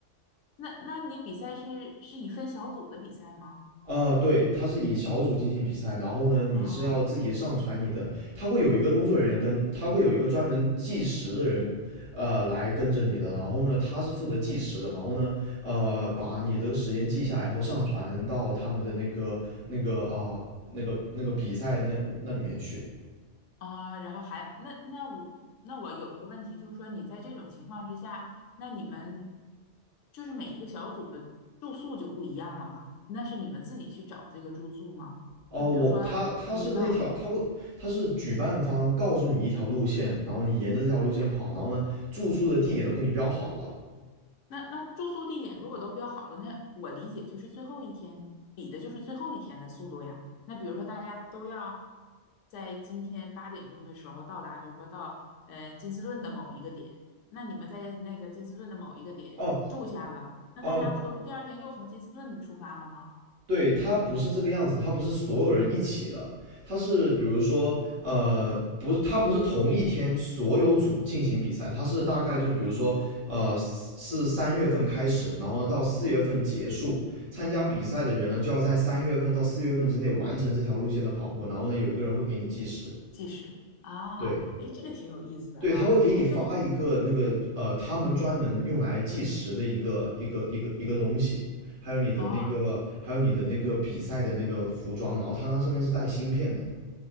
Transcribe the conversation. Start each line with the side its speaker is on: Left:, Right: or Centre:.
Left: 那那你比赛是是以分小组的比赛吗？
Right: 啊，对，它是以小组进行比赛，然后呢，你是要自己上传你的，
Left: 啊
Right: 他会有一个工作人员跟，他会有一个专门计时的人，呃，来跟着你的，然后呢，他是负责计时的，然后呢，呃，把你这个时间记下来以后上传到他们的那个那个啊、那个那个比赛那那里面去。
Left: 啊，然后还那那我那我有一个问题，就是说你在这种情况之下，那你们就是每一个小组的住宿就不一样了吗？那是你们自己去找这个住宿吗？
Right: 哦，
Left: 就比如说，
Right: 我他他是那条，
Left: 你明白我的意思？
Right: 他会他是举办方告诉你一条路线，然后你沿着这条路线跑，然后呢，住宿的地点都给你标好了。
Left: 那那住宿地点如果都标好了，那我理解就是最后一天比的就是最后一天的速度呀。那比如说大家都要在今天八点钟的时候到达，比如说到呃金斯顿的某一个点，那你们在那个金斯顿的某一个点住下了，
Right: 哦
Left: 那大家不都是第二天又从金斯顿出发了吗？
Right: 哦对，它不是这个样子的，它不是所有人一起的，它是比如说，呃，不是，它不是同一天所有组进行比赛，它是大概就是比如说，呃，是是三月份开始，然后呢到四月份结束，参加比赛的人呢就要在三月份到四月份之内完成这条路线的跑步，然后呢有一个人会给你计时，
Left: 计时啊，
Right: 对，
Left: 哎，这个挺有意思的啊，
Right: 对，他会给你发一个那个呃，
Left: 哎，那
Right: 他们专门用来计时的一个一个一个一个东西，还有你的那个还有你的那个比赛的那个服装，
Left: 哦，
Right: 然后它那上面是带芯片的。